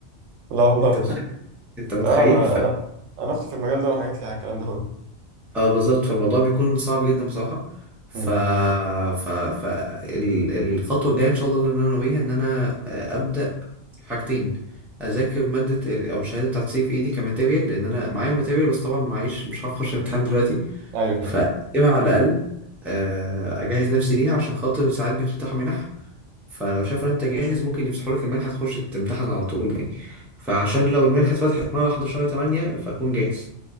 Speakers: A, on the right; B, in the centre.
A: لا والله
B: انت متخيل
A: <laughs>
B: انت متخيل
A: اه انا انا انا اختي في المجال ده وحكيت لي على الكلام ده كله
B: اه بالظبط فالموضوع بيكون صعب جدا بصراحة ف
A: امم
B: ف ف ال... الخطوة الجاية ان شاء الله اللي انا ناويها ان انا آه، ابدأ حاجتين اذاكر مادة ال- او الشهادة بتاعت سي في ايدي كماتيريال لان انا معايا الماتيريال بس طبعا معيش مش هعرف اخش الامتحان دلوقتي
A: ايوه فاهم
B: فاكتبها على الاقل آه، اجهز نفسي ليها عشان خاطر ساعات بيفتحوا منح فلو شافوا ان انت جاهز ممكن يفتحوا لك المنحة تخش تمتحن على طول يعني فعشان لو المنحة اتفتحت مرة واحدة شهر 8 فاكون جاهز